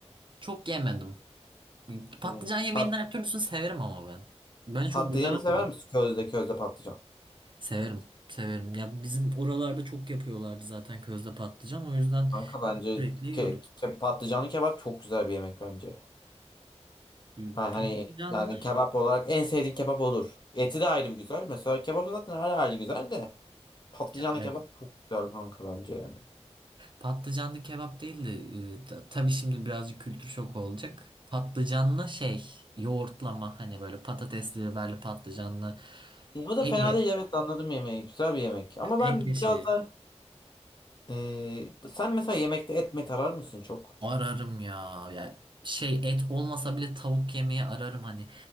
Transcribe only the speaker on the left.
Hmm,
Pat
patlıcanı
sever
misin? Közde közde patlıcan.
Kanka bence
ke ke- patlıcanlı kebap çok güzel bir yemek bence.
Ben
hani yani kebap olarak en sevdiğin kebap olur. Eti de ayrı bir güzel. Mesela kebap zaten her ayrı güzel de patlıcanlı
kebap çok güzel kanka bence yani.
E, o da
fena değil evet anladım yemeği. Güzel bir yemek. Ama
ben
biraz da e, sen mesela yemekte et mi tarar mısın çok?